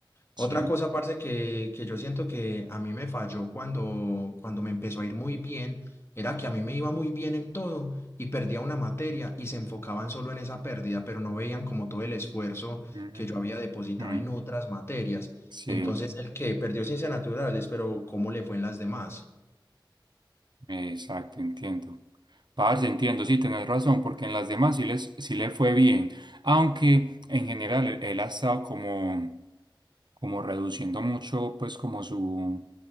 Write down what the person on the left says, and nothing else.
Otra cosa, parce, que, que yo siento que a mí me falló cuando, cuando me empezó a ir muy bien, era que a mí me iba muy bien en todo y perdía una materia y se enfocaban solo en esa pérdida, pero no veían como todo el esfuerzo
que yo había depositado
en otras materias.
Entonces, el que perdió ciencias naturales, pero ¿cómo le fue en las demás?